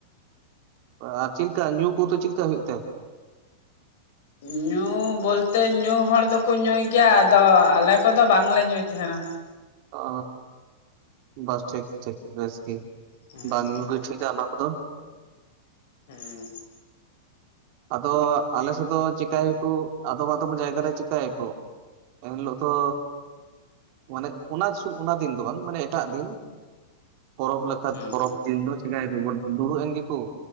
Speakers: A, on the right; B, on the left.
A: ᱟᱨ ᱪᱮᱫ‌ ᱞᱮᱠᱟ ᱧᱩ ᱠᱚᱛᱚ ᱪᱮᱫ ᱞᱮᱠᱟ ᱦᱩᱭᱩᱜ ᱛᱟᱦᱮᱸ?
B: <unintelligible> ᱵᱚᱞᱛᱮ ᱧᱩ ᱦᱚᱲ ᱫᱚᱠᱚ ᱧᱩᱭ ᱜᱮᱭᱟ ᱟᱫᱚ ᱟᱞᱮ ᱠᱚᱫᱚ ᱵᱟᱝᱞᱮ ᱧᱩᱭ ᱛᱟᱦᱮᱱᱟ᱾
A: ᱚ ᱵᱟᱥ ᱴᱷᱤᱠ ᱴᱷᱤᱠ ᱵᱮᱥ ᱜᱮ᱾
B: ᱦᱩᱸ
A: ᱵᱟᱝ ᱧᱩ ᱜᱮ ᱴᱷᱤᱠ ᱟ ᱚᱱᱟ ᱠᱚᱫᱚ᱾
B: ᱦᱮᱸ
A: ᱟᱫᱚ ᱟᱞᱮᱥᱮᱫ ᱫᱚ ᱪᱤᱠᱟᱭᱟᱠᱚ ᱟᱫᱚᱢ ᱟᱫᱚᱢ ᱡᱟᱭᱜᱟ ᱨᱮ ᱪᱤᱠᱟᱹᱭᱟᱠᱚ ᱮᱱ ᱦᱤᱞᱚᱜ ᱫᱚ ᱢᱟᱱᱮ ᱚᱱᱟ ᱚᱱᱟ ᱫᱤᱱ ᱫᱚ ᱵᱟᱝ ᱢᱟᱱᱮ ᱮᱴᱟᱜ ᱫᱤᱱ ᱯᱚᱨᱚᱵᱽ ᱞᱮᱠᱟ
B: ᱦᱩᱸ
A: ᱷᱟᱛ ᱯᱚᱨᱚᱵᱽ ᱫᱤᱱ ᱫᱚ ᱪᱤᱠᱟᱭᱠᱚ ᱫᱩᱲᱩᱵ ᱮᱱ ᱜᱮᱠᱚ